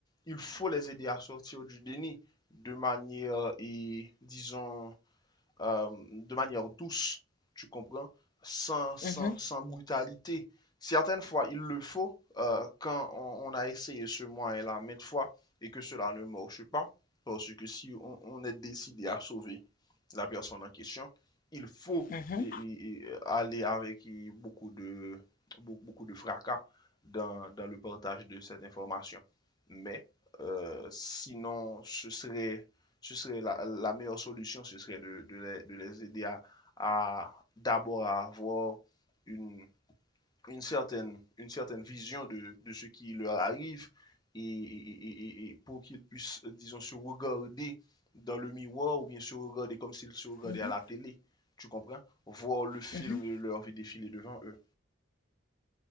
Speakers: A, on the left; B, on the left.
A: il faut les aider à sortir du déni de manière, et, disons, euh, de manière douce, tu comprends, sans, sans,
B: mhm,
A: sans brutalité. Certaines fois, il le faut euh, quand on, on a essayé ce moyen-là maintes fois et que cela ne marche pas, parce que si on, on est décidé à sauver la personne en question, il faut
B: mhm,
A: et- et- aller avec beaucoup de, beaucoup, beaucoup de fracas dans, dans le partage de cette information. Mais euh, sinon, ce serait, ce serait la, la meilleure solution, ce serait de, de les, de les aider à, à- d'abord à avoir une, une certaine, une certaine vision de, de ce qui leur arrive et, et- et- et- pour qu'ils puissent, euh, disons, se regarder dans le miroir ou bien se regarder comme s'ils se regardaient
B: mhm,
A: à la télé, tu comprends? Voir le film
B: mhm.
A: de leur vie défiler devant eux.